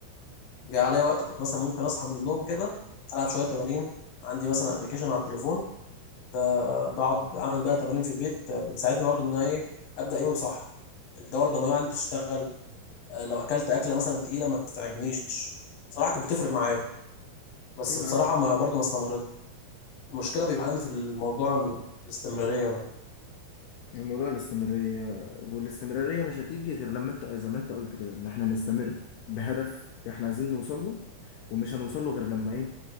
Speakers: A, on the left (about 70°); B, on the left (about 85°).
A: جه عليا وقت كنت مثلا ممكن أصحى من النوم كده ألعب شوية تمارين عندي مثلا أبلكيشن على التليفون ب- بقعد أعمل بقى تمارين في البيت بتساعدني برضو إن أنا إيه أبدأ يومي صح الدورة الدموية عندي تشتغل لو أكلت أكلة مثلا تقيلة ما تتعبنيش صراحة كانت بتفرق معايا بس
B: ايوه
A: بصراحة
B: يا عم
A: ما برضو ما استمرتش المشكله بيبقى عندي في الموضوع إن- في الاستمراريه ده
B: الموضوع الاستمرارية والاستمرارية مش هتيجي غير لما انت زي ما انت قلت كده ان احنا نستمر بهدف احنا عايزين نوصل له ومش هنوصل له غير لما ايه